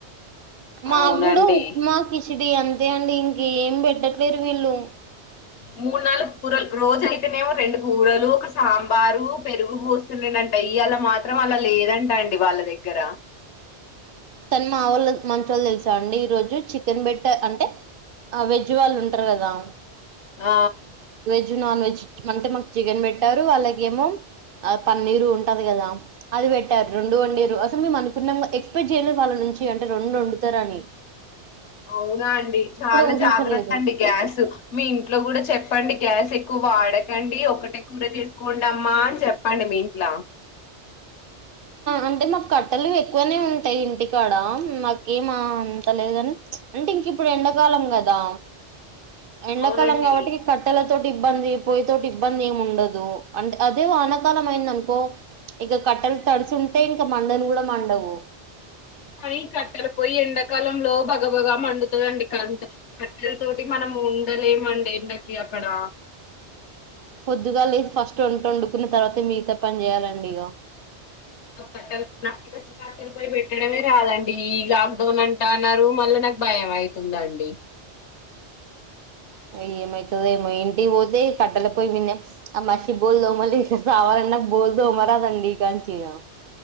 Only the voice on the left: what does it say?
అవునండి.
మూడు నాలుగు కూరలు రోజు అయితేనేమో రెండు కూరలు, ఒక సాంబారు, పెరుగు పోస్తుండే అంటా ఇయాళ మాత్రం అలా లేదంట అండి వాళ్ళ దగ్గర.
ఆ
అవునా అండి చాలా
జాగ్రత్త అండి గ్యాస్. మీ ఇంట్లో కూడా చెప్ చెప్పండి. గ్యాస్ ఎక్కువ వాడకండి, ఒకటే కూర చేసుకోండమ్మా అని చెప్పండి మీ ఇంట్లా.
అవునండి
కానీ కట్టెలు పోయి ఎండాకాలంలో బగబగ మండుతదండి కరంటు. కట్టెల తోటి మనం ఉండలేమండి ఎండకి అక్కడా.
ఓ కట్టెల్ నాకు గిట్ట స కట్టలపోయ్యి పెట్టడమే రాదండి. ఈ లాక్డౌన్ అంటా అన్నారు, మళ్ళా నాకు భయం అయితుందండి.